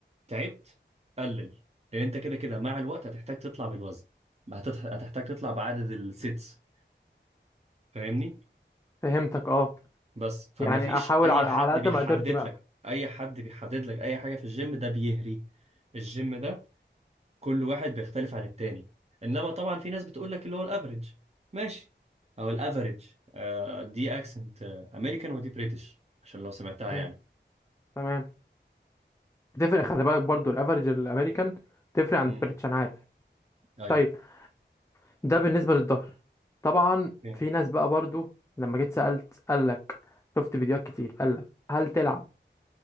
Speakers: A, on the right (about 35°); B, on the left (about 15°).
A: تعبت قلل لان انت كده كده مع الوقت هتحتاج تطلع بالوزن ما هتتح- هتحتاج تطلع بعدد السيتس فاهمني
B: فهمتك اه
A: بس فمفيش
B: يعني احاول
A: اي
B: على
A: حد
B: على قد
A: بيحدد
B: ما قدرتي بقى
A: لك اي حد بيحدد لك اي حاجة في الجيم ده بيهري الجيم ده كل واحد بيختلف عن التاني انما طبعا في ناس بتقول لك اللي هو الافريج ماشي او الافريج آه دي اكسنت امريكان ودي بريتش عشان لو سمعتها
B: فهمت
A: يعني
B: تمام تفرق خلي بالك برضو الافرج الامريكان تفرق عن
A: امم
B: البريتش انا عارف
A: ايوه
B: طيب ده بالنسبه للظهر طبعا
A: اوكي.
B: في ناس بقى برضو لما جيت سالت قال لك شفت فيديوهات كتير قال لك هل تلعب